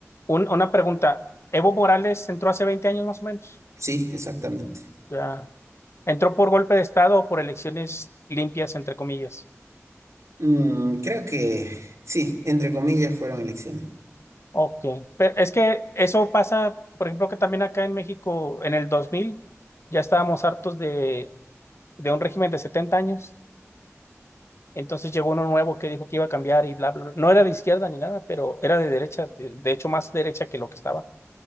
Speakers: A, on the left; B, on the right.
A: Un- una pregunta. Evo Morales entró hace 20 años más o menos.
B: Sí, exactamente.
A: Ya. Entró por golpe de Estado o por elecciones limpias, entre comillas.
B: Mm, creo que sí, entre comillas fueron elecciones.
A: Ok. Pero es que eso pasa, por ejemplo, que también acá en México, en el 2000 ya estábamos hartos de, de un régimen de 70 años. Entonces llegó uno nuevo que dijo que iba a cambiar y bla, bla, bla. No era de izquierda ni nada, pero era de derecha, de de hecho más derecha que lo que estaba.